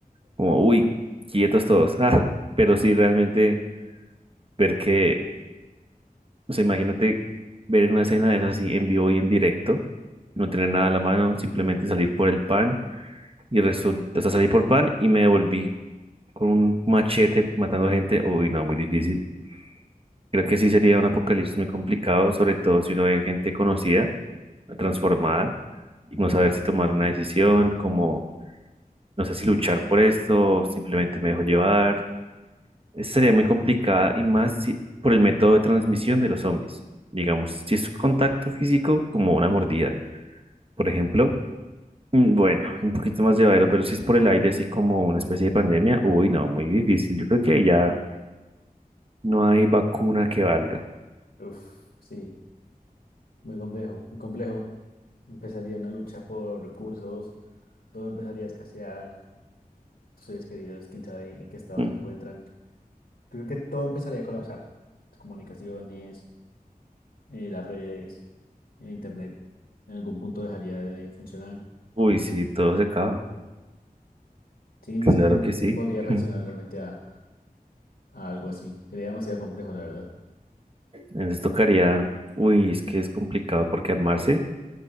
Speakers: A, on the right; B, on the left.
A: como, uy, quietos todos, ah, pero sí realmente ver que, o sea, imagínate ver una escena de esas así en vivo y en directo, no tener nada a la mano, simplemente salir por el pan y resulta, o sea, salí por pan y me devolví con un machete matando gente, uy, no, muy difícil. Creo que sí sería un apocalipsis muy complicado, sobre todo si uno ve gente conocida. transformada y no saber si tomar una decisión, como no sé si luchar por esto, simplemente me dejo llevar. Esa sería muy complicada y más si- por el método de transmisión de los zombies. Digamos, si es contacto físico, como una mordida, por ejemplo. mm, Bueno, un poquito más llevadero, pero si es por el aire, así como una especie de pandemia, uy, no, muy difícil. Yo creo que ahí ya no hay vacuna que valga.
B: Uf, sí, muy complejo, muy complejo. Empezaría una lucha por recursos, todo empezaría a escasear, tus seres queridos, quién sabe en qué estado
A: Mm,
B: se encuentran. Yo creo que todo empezaría a colapsar. Las comunicaciones, eh, las redes, el internet, en algún punto dejaría de funcionar.
A: Uy, sí, todo se acaba.
B: Sí,
A: Claro
B: no sé cómo
A: que sí.
B: podría
A: <laughs>
B: reaccionar realmente a, a algo así. Sería demasiado complejo, la verdad.
A: Entonces tocaría, uy, es que es complicado porque armarse